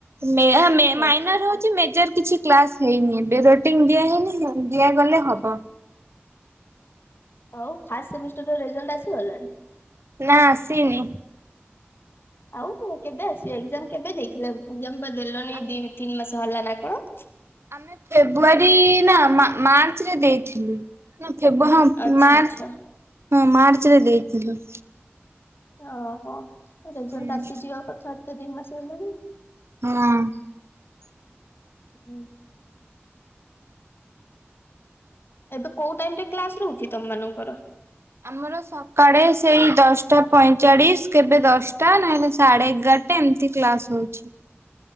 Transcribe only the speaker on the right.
ମେୟା ମେ
ମାଇନର
ହଉଛି ମେଜର କିଛି କ୍ଲାସ ହେଇନି। ରୋଟିଂ ଦିଆ ହଇନି ଦିଆଗଲେ ହବ।
ନା ଆସିନି।
ଆମେ
ଆମେ ଫେବୃଆରୀ ନା ମା ମାର୍ଚ୍ଚରେ ଦେଇଥିଲୁ। ହଁ ଫେବ ହଁ
ମାର୍ଚ୍ଚ
ହଁ ମାର୍ଚ୍ଚରେ ଦେଇଥିଲୁ।
ହଁ।
ହଁ।
ଆମର ସକାଳେ ସେଇ ଦଶଟା ପଇଁଚାଳିଶ କେବେ ଦଶଟା ନାଇହେଲେ ସାଢେ ଏଗାରଟା ଟା ଏମତି କ୍ଲାସ୍ ହଉଛି।